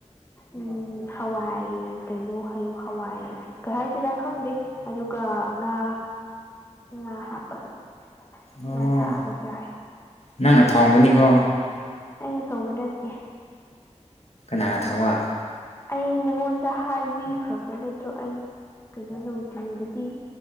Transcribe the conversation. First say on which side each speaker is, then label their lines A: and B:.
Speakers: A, on the left; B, on the left.
A: ꯎꯝ ꯍꯋꯥꯏ ꯀꯩꯅꯣ ꯌꯨ ꯍꯋꯥꯏ ꯀꯩ ꯍꯥꯏꯁꯤꯔꯥ ꯈꯪꯗꯦ ꯑꯗꯨꯒ ꯉꯥ ꯉꯥ ꯍꯥꯞꯄꯒ
B: ꯑꯣ
A: ꯉꯥ ꯊꯛꯑꯒ ꯆꯥꯏ
B: ꯅꯪꯅ ꯊꯣꯡꯕꯅꯤꯀꯣ
A: ꯑꯩꯅ ꯊꯣꯡꯕ ꯅꯠꯇꯦ
B: ꯀꯅꯅꯥ ꯊꯣꯡꯕ
A: ꯑꯩ ꯅꯉꯣꯟꯗ ꯍꯥꯏꯕꯤꯈ꯭ꯔꯕ ꯅꯠꯇ꯭ꯔꯣ ꯑꯩ ꯀꯩꯅꯣ ꯅꯨꯡꯊꯤꯟꯗꯗꯤ